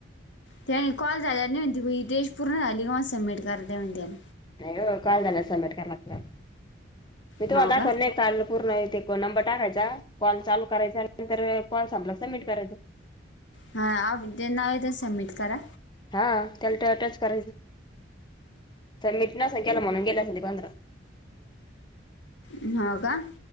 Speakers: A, on the left (about 75°); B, on the left (about 25°).
A: त्या आणि कॉल झाल्या नाही म्हण ती टेश पूर्ण झाली का म सबमिट करां आहे म्हण त्याला
B: नाही हो, काल झालं समेट करायला लागत्यात
A: हो का
B: <unintelligible> काॅल पूर्ण ते नंबर टाकायचा, कॉल चालू करायचा आणि नंतर कॉल संपला सबमिट करायच.
A: हां.. ते नाव येत समिट करा.
B: हां.. त्याला ट- टच करायचं, समिट नसलं केलं म्हणून गेलं असेल ते पंधरा.
A: हं का.